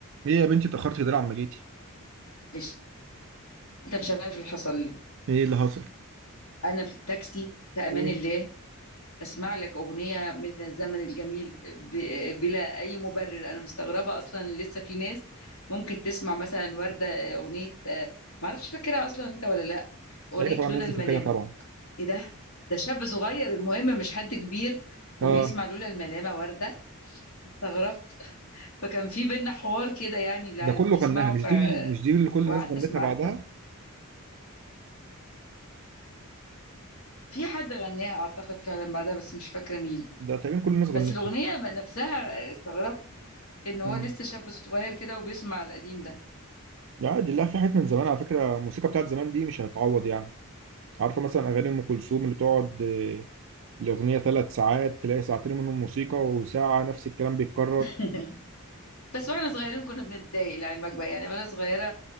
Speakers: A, on the right; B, on the left.
A: ايه يا بنتي اتأخرت كده ليه عما جيتي
B: معلش انت مش عارف اللي حصل لي
A: ايه اللي حصل
B: انا في التاكسي في امان
A: ايه
B: الله اسمع لك اغنيه من الزمن الجميل ب- بلا اي مبرر انا مستغربه اصلا إن لسه في ناس ممكن تسمع مثلا ورده اغنيه آه، معرفش فاكرها اصلا انت ولا لا اغنيه
A: ايوه طبعا
B: لولا
A: الناس
B: الملامه
A: دي فاكرها طبعا
B: ايه ده ده شاب صغير المهم مش حد كبير وبيسمع
A: اه
B: لولا الملامه ورده استغربت فكان في بينا حوار كده يعني اللي
A: ده
B: اللي
A: كله
B: بيسمعوا
A: غناها مش
B: ف
A: دي ال- مش دي اللي كل
B: وقعدت
A: الناس غنتها
B: اسمع
A: بعدها
B: في حد غناها اعتقد فعلا بعدها بس مش فاكره مين
A: ده تقريبا كل الناس غنتها
B: بس الأغنية بقى نفسها استغربت إن هو
A: امم
B: لسه شاب صغير كده وبيسمع القديم ده
A: لا عادي لا في حاجات من زمان على فكرة الموسيقى بتاعت زمان دي مش هتعوض يعني عارفة مثلا أغاني أم كلثوم اللي تقعد آه، الأغنية ثلاث ساعات تلاقي ساعتين منهم موسيقى وساعة نفس الكلام بيتكرر
B: <laughs> بس واحنا صغيرين كنا بنتضايق لعلمك بقى يعني وانا صغيرة